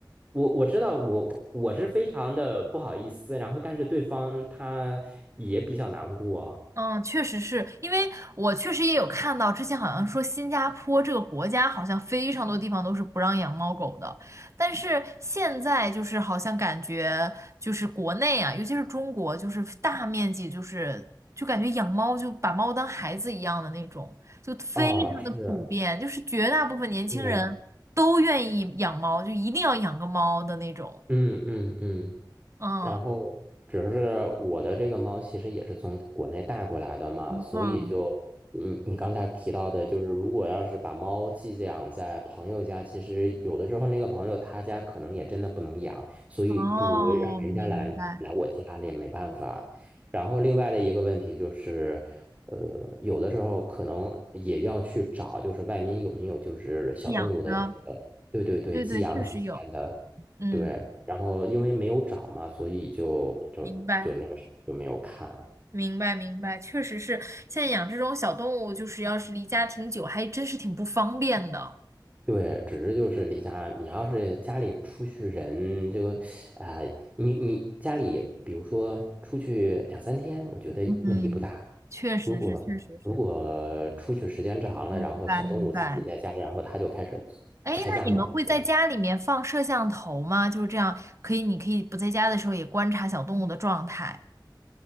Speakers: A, on the right; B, on the right.
A: 我我知道我我是非常的不好意思，然后但是对方他也比较难过。
B: 嗯，确实是因为我确实也有看到，之前好像说新加坡这个国家好像非常多地方都是不让养猫狗的，但是现在就是好像感觉就是国内啊，尤其是中国，就是大面积就是就感觉养猫就把猫当孩子一样的那种，就非常的普遍，
A: 啊，是，
B: 就是绝大部分年轻人都愿意养猫，
A: 对，
B: 就一定要养个猫的那种。
A: 嗯嗯嗯。
B: 嗯
A: 然后只是我的这个猫其实也是从国内带过来的嘛，
B: 嗯，
A: 所以就你你刚才提到的，就是如果要是把猫寄养在朋友家，其实有的时候那个朋友他家可能也真的不能养，所以不如让人家来来我家里，
B: 哦，明白，
A: 没办法。然后另外的一个问题就是。呃，有的时候可能也要去找，就是外面有没有就是小动物的这个，
B: 养的，
A: 对对对，
B: 对对，
A: 寄养几天的。
B: 确实有。嗯，
A: 对，然后因为没有找嘛，所以就就就那个什么就没有看。
B: 明白，明白，明白，确实是，现在养这种小动物，就是要是离家挺久，还真是挺不方便的。
A: 对，只是就是离家，你要是家里出去人就，啊、你你家里比如说出去两三天，我觉得问题不大。
B: 嗯，确实是，
A: 如果如果出去时间长了，
B: 确实是，明白，
A: 然后小动物自己在家，
B: 明白。
A: 然后它就开始
B: 哎，
A: 拆家模式了。
B: 那你们会在家里面放摄像头吗？就是这样，可以，你可以不在家的时候也观察小动物的状态。